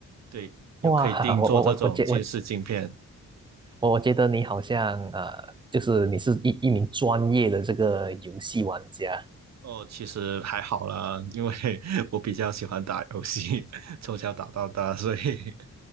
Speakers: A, on the right; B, on the right.
A: 对，又可以定做这种近视镜片。
B: 哇，我我我我觉我我觉得你好像呃，就是你是一一名专业的这个游戏玩家。
A: 哦，其实还好啦，因为 <laughs> 我比较喜欢打游戏，从小打到大，所以 <laughs>